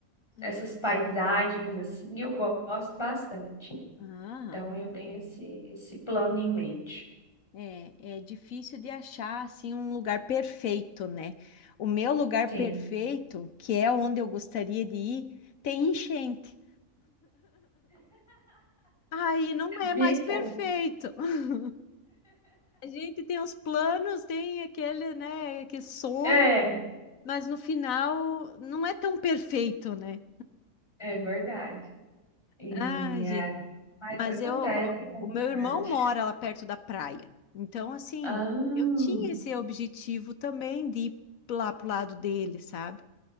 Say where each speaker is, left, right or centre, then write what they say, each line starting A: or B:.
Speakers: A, on the left (about 80°); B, on the left (about 20°).
A: É.
B: essas paisagens, assim, eu go- gosto bastante.
A: Ah.
B: Então, eu tenho esse, esse plano em mente.
A: É, é difícil de achar assim um lugar perfeito, né? O meu lugar
B: Sim.
A: perfeito, que é onde eu gostaria de ir, tem enchente. Aí não é
B: Gente,
A: mais perfeito. <laughs> A gente tem os planos, tem aquele, né, aquele sonho,
B: é É,
A: mas no final não é tão perfeito, né?
B: é verdade. E
A: Ah, gente,
B: é, mas
A: mas
B: acontece,
A: eu, o
B: faz
A: meu
B: parte.
A: irmão mora lá perto da praia. Então, assim,
B: Ah,
A: eu tinha esse objetivo também de ir lá pro lado dele, sabe?